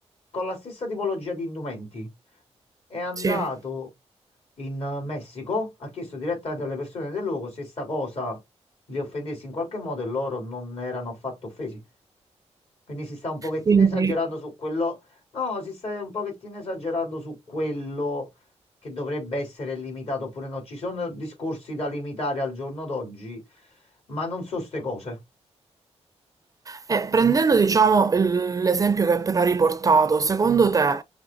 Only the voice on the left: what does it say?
con la stessa tipologia di indumenti è andato
in eh, Messico, ha chiesto direttamente alle persone del luogo se sta cosa li offendesse in qualche modo e loro non erano affatto offesi. Quindi si sta un pochettino
esagerando su quello. No, si sta un pochettino esagerando su quello che dovrebbe essere limitato oppure no. Ci sono discorsi da limitare al giorno d'oggi, ma non so ste cose.